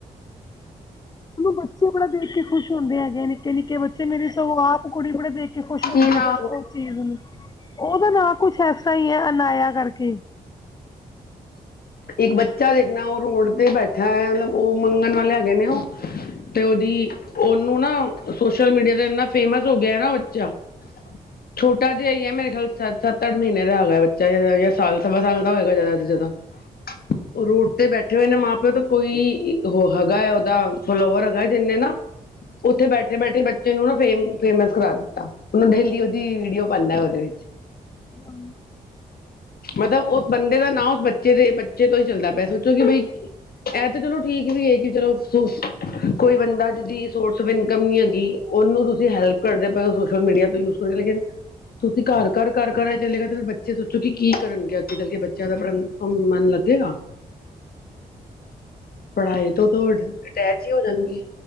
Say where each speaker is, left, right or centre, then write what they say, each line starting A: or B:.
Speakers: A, on the left; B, on the left.
A: ਉਹਨੂੰ ਬੱਚੇ ਬੜਾ ਦੇਖ ਕੇ ਖੁਸ਼ ਹੁੰਦੇ ਹੈਗੇ, ਨਿੱਕੇ ਨਿੱਕੇ ਬੱਚੇ ਮੇਰੀ ਸਗੋਂ ਆਪ ਕੁੜੀ ਬੜੇ ਦੇਖ ਕੇ ਖੁਸ਼ ਹੁੰਦੀ
B: ਕੀ ਨਾ
A: ਸੋ ਉਹ ਚੀਜ਼ ਨੂੰ ਉਹਦਾ ਨਾ ਕੁਛ ਐਸਾ ਹੀ ਐ ਅਨਾਇਆ ਕਰਕੇ।
B: ਇੱਕ ਬੱਚਾ ਦੇਖਨਾ ਉਹ ਰੋਡ ਤੇ ਬੈਠਾ ਹੈ, ਮਤਲਬ ਉਹ ਮੰਗਣ ਵਾਲੇ ਹੈਗੇ ਨੇ ਉਹ ਤੇ ਉਹਦੀ ਉਹਨੂੰ ਨਾ ਸੋਸ਼ਲ ਮੀਡੀਆ ਤੇ ਇੰਨਾ ਫੇਮਸ ਹੋ ਗਿਆ ਨਾ ਬੱਚਾ <unintelligible> ਛੋਟਾ ਜਿਆ ਈ ਏ ਮੇਰੇ ਖਿਆਲ ਸੱਤ ਅੱਠ ਮਹੀਨੇ ਦਾ ਹੈਗਾ ਬੱਚਾ ਜਾ ਸਾਲ ਸਵਾ ਸਾਲ ਦਾ ਹੋਏਗਾ ਜ਼ਿਆਦਾ ਤੇ ਜਿਆਦਾ ਉਹ ਰੋਡ ਤੇ ਬੈਠੇ ਹੋਏ ਨੇ ਮਾਂ ਤਾਂ ਕੋਈ ਉਹ ਹੈਗਾ ਉਹਦਾ ਫੋਲੋਵਰ ਹੈਗਾ, ਜਿੰਨੇ ਨਾ ਉੱਥੇ ਬੈਠੇ-ਬੈਠੇ ਬੱਚੇ ਨੂੰ ਨਾ ਫੇਮ ਫੇਮਸ ਕਰਾ ਦਿੱਤਾ। ਹੂਨ ਡਹੇਲੀ ਉਹਦੀ ਵੀਡੀਓ ਪਾਉਦਾ ਉਹਦੇ ਵਿੱਚ
A: ਹਾਂ
B: ਮਤਲਬ ਉਸ ਬੰਦੇ ਦਾ ਨਾਂ ਉਸ ਬੱਚੇ ਦੇ ਬੱਚੇ ਤੋਂ ਹੀ ਚੱਲਦਾ ਪਿਆ ਸੋਚੋ ਕਿ ਬਈ ਇਹ ਤਾਂ ਚਲੋ ਠੀਕ ਵੀ ਹੈ ਕਿ ਚਲੋ ਸੋਸ ਕੋਈ ਬੰਦਾ ਜਿਹਦੀ ਸੋਰਸ ਇਨਕਮ ਨੀ ਹੈਗੀ। ਉਹਨੂੰ ਤੁਸੀਂ ਹੈਲਪ ਕਰਦੇ ਪਏ ਔ ਸੋਸ਼ਲ ਮੀਡੀਆ ਤੋਂ ਯੂਜ ਕਰਕੇ ਲੇਕਿਨ ਤੁਸੀਂ ਘਰ -ਘਰ, ਘਰ-ਘਰ ਆ ਚੱਲੇਗਾ ਤੇ ਫਿਰ ਬੱਚੇ ਸੋਚੋ ਕਿ ਕੀ ਕਰਨਗੇ ਅੱਗੇ ਚੱਲ ਕੇ ਬੱਚਿਆਂ ਦਾ ਪੜ੍ਹਨ ਹੂੰਨ ਮਨ ਲੱਗੇਗਾ। ਪੜ੍ਹਾਈ ਤੋਂ, ਤੋਂ ਰਿਟੈਚ ਹੀ ਹੋ ਜਾਨਗੇ।